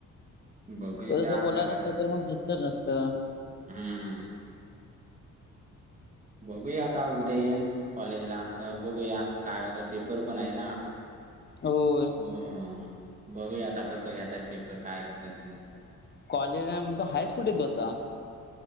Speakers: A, on the right; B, on the left.
A: बघूया
B: तो तसं
A: आता
B: बोलला नसता
A: कसं
B: तर मग
A: ते.
B: घेतलं नसतं
A: हम्म. बघूया आता उद्या येईन कॉलेजला तेव्हा बघूया काय होतं पेपर पण आहे ना
B: होय
A: हम्म बघूया आता कसं घेतायतं पेपर काय घेतायेत ते.
B: कॉलेज आहे म्हणतोसं हायस् कुठं तु आता